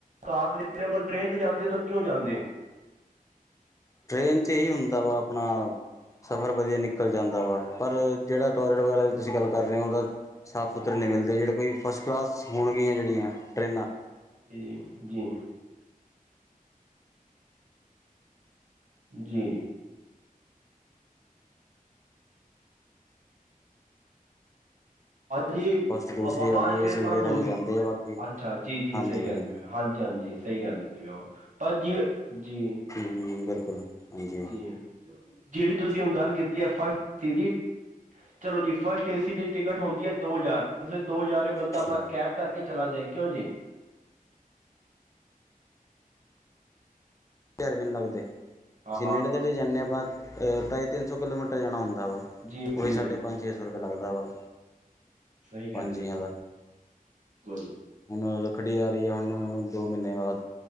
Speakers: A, on the right; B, on the left.
A: ਕਾਰ ਤੇ ਜਾਂਦੇ ਓ ਅਗਰ ਟ੍ਰੇਨ ਤੇ ਜਾਂਦੇ ਓ ਤਾਂ ਕਿਉਂ ਜਾਂਦੇ ਓ?
B: ਟ੍ਰੇਨ ਚ ਏ ਹੁੰਦਾ ਵਾ ਆਪਣਾ ਸਫ਼ਰ ਵਧੀਆ ਨਿਕਲ ਜਾਂਦਾ ਵਾ ਪਰ ਜੇੜਾ ਟੋਇਲੇਟ ਵਗੈਰਾ ਦੀ ਤੁਸੀ ਗੱਲ ਕਰ ਰੇ ਓ ਓਦਾ ਸਾਫ਼ ਸੁਥਰੇ ਨਈ ਮਿਲਦੇ, ਜੇੜੇ ਕੋਈ ਫਸਟ ਕਲਾਸ ਹੋਣਗੀਆਂ ਜੇੜੀਆਂ ਟਰੇਨਾਂ
A: ਜੀ ਜੀ, ਜੀਂ ਜੀ ਜੀ
B: ਫਸਟ ਦੂਸਰੀ
A: ਆਵਾਜ
B: ਆ ਗਈ ਏਸੀ
A: ਫੇਰ
B: ਵਗੈਰਾ
A: ਬੰਦ ਹੋ
B: 'ਚ
A: ਗਈ
B: ਜਾਂਦੇ ਆ ਬਾਕੀ
A: ਅੱਛਾ ਜੀ- ਜੀ
B: ਹਾਂਜੀ
A: ਸਈ ਕੈਂਦੇ ਹਾਂਜੀ -ਹਾਂਜੀ ਸਈ ਕੈਂਦੇ। ਪਰ ਜਿਵੇ ਜੀ
B: ਹੁੰ ਬਿਲਕੁਲ। ਹਾਂਜੀ
A: ਜੀ ਜੇੜੀ ਤੁਸੀ ਹੁਣ ਗੱਲ ਕੀਤੀ ਆ ਫਸਟ ਦੀ ਚਲੋ ਜੀ ਫਸਟ ਏ ਸੀ ਦੀ ਟਿਕਟ ਹੁੰਦੀ ਆ ਦੋ ਹਜਾਰ ਤੁਸੀ ਦੋ ਜ਼ਾਰ ਬੰਦਾ
B: ਹਜ਼ਾਰ
A: ਆਪਨਾ ਕੈਬ ਕਰਕੇ ਚਲਾ ਜਾਏ ਕਿਉਂ ਜੀ!
B: ਜਾਰ ਵੀ ਨੀ ਲੱਗਦੇ
A: ਹਾਂ
B: ਅਸੀ ਨੇੜੇ -ਤੇੜੇ ਜਾਨੇ ਆ ਆਪਣਾ ਅ ਢਾਈ ਤਿੰਨ ਸੌ ਕਿਲੋਮੀਟਰ ਜਾਣਾ ਹੁੰਦਾ ਵਾ
A: ਜੀ
B: ਓਈ
A: ਜੀ
B: ਸਾਡੇ ਪੰਜ ਛੇ ਸੌ ਰੁਪਇਆ ਲੱਗਦਾ ਵਾ।
A: ਸਹੀ ਕਹਿੰਦੇ
B: ਪੰਜ ਜੀਆਂ
A: ਪਏ ਹੋ
B: ਦਾ।
A: ਬਿਲਕੁਲ
B: ਹੁਨ ਰੱਖੜੀ ਆ ਰੀ ਆ ਮੰਨੋ ਦੋ ਮੀਨੇ ਬਾਅਦ